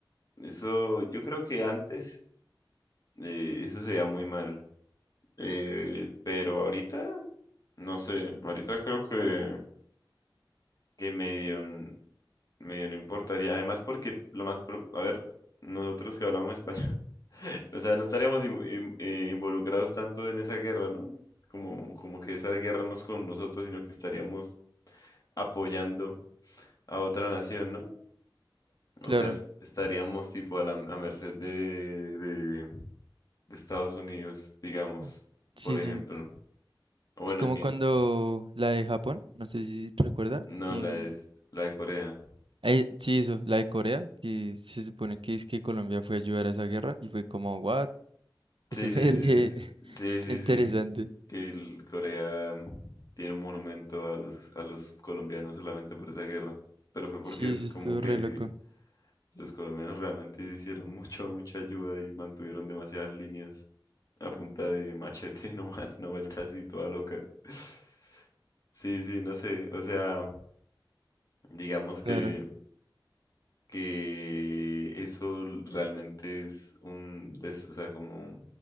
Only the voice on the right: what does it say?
Claro.
Oh. Sí,
sí,
Es como
cuando la de Japón, no sé si recuerda,
que
en-
eh, sí, eso, la de Corea, que se supone que es que Colombia fue a ayudar a esa guerra y fue como, what? <laughs>
Eso
fue
eh,
<laughs> interesante.
Sí,
eso
estuvo
re loco,
claro.